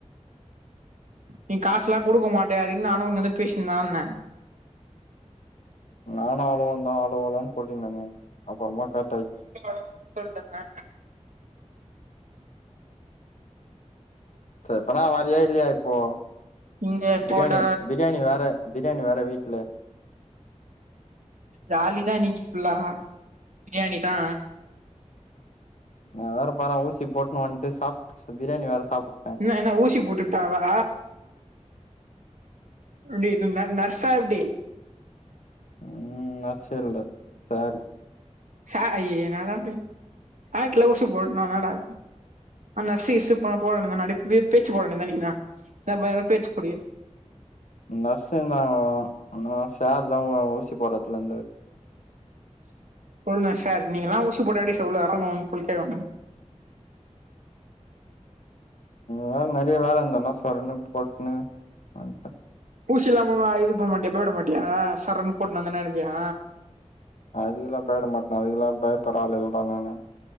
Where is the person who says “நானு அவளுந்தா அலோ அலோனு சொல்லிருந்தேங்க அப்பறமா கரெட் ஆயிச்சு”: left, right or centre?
Left